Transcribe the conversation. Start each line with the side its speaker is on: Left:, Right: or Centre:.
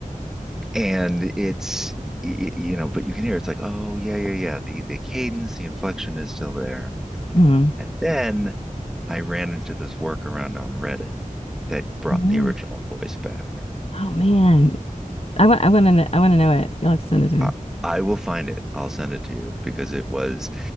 Centre: And it's, y- y- you know, but you can hear it's like, oh, yeah, yeah, yeah. The, the cadence, the inflection is still there.
Left: Mm-hmm.
Centre: And then I ran into this workaround on Reddit that brought
Left: hmm
Centre: the original voice back.
Left: Oh man. I want I want to I want to know it. You'll have to send it to me.
Centre: I, I will find it. I'll send it to you because it was